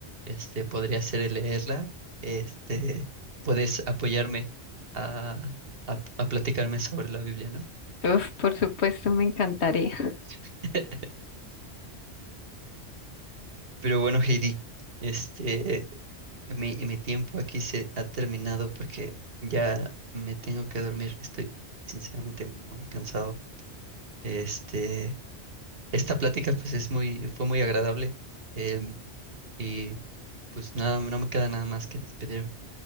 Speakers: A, on the right; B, on the left.
A: este, podría ser el leerla, este, puedes apoyarme a, a, a platicarme sobre la Biblia, ¿no?
B: Uf, por supuesto, me encantaría.
A: <laughs> Pero bueno, Heidi, este, mi, mi tiempo aquí se ha terminado porque ya me tengo que dormir. Estoy sinceramente muy cansado. Este, esta plática pues es muy, fue muy agradable. em, y Pues nada, no me queda nada más que despedirme.